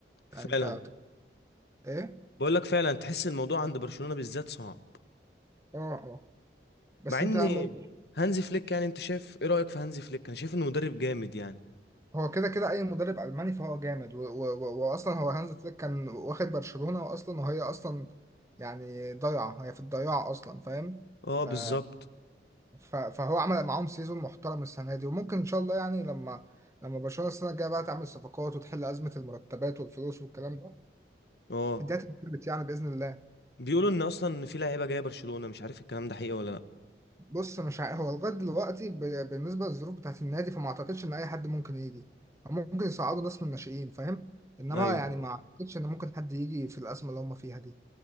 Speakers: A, on the left; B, on the right.
A: فعلا
B: يعني انت ايه
A: بقول لك فعلا تحس الموضوع عند برشلونة بالذات صعب
B: اه اه بس
A: مع ان
B: انت م-
A: هانزي فليك يعني انت شايف ايه رأيك في هانزي فليك انا شايف انه مدرب جامد يعني
B: هو كده كده اي مدرب الماني فهو جامد و- و- و- واصلا هو هانز فليك كان واخد برشلونة واصلا وهي اصلا يعني ضايعة هي في الضياع اصلا فاهم
A: اه
B: آه،
A: بالظبط
B: ف- فهو عمل معاهم سيزون محترم السنة دي وممكن ان شاء الله يعني لما لما برشلونة السنة الجاية بقى تعمل صفقات وتحل أزمة المرتبات والفلوس والكلام ده
A: اه
B: الدنيا تتظبط يعني بإذن الله
A: بيقولوا ان اصلا ان في لعيبه جايه برشلونة مش عارف الكلام ده حقيقي ولا لا
B: بص مش عارف هو لغايه دلوقتي ب- بالنسبه للظروف بتاعت النادي فما اعتقدش ان اي حد ممكن يجي او ممكن يصعدوا ناس من الناشئين فاهم انما
A: ايوه
B: يعني ما اعتقدش ان ممكن حد يجي في الازمه اللي هم فيها دي